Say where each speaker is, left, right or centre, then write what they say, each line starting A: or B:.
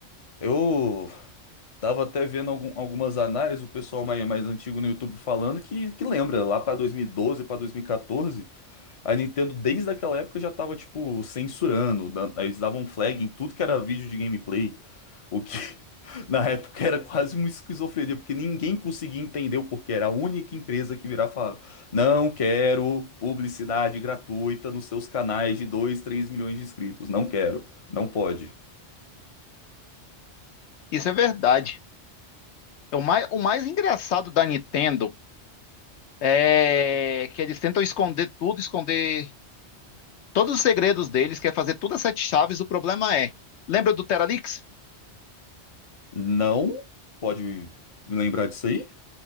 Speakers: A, on the left; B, on the left.
A: Eu tava até vendo algum- algumas análises, o pessoal mais, mais antigo no YouTube falando que, que lembra, lá pra 2012, pra 2014. A Nintendo, desde aquela época, já tava, tipo, censurando. da- Eles davam flag em tudo que era vídeo de gameplay. O que, <laughs> na época, era quase uma esquizofrenia, porque ninguém conseguia entender o porquê. Era a única empresa que virava e falava: Não quero publicidade gratuita nos seus canais de 2, 3 milhões de inscritos. Não quero. Não pode.
B: Isso é verdade. É O mais, o mais engraçado da Nintendo é que eles tentam esconder tudo, esconder todos os segredos deles, quer fazer tudo a sete chaves. O problema é, lembra do Teralix?
A: Não pode me me lembrar disso aí?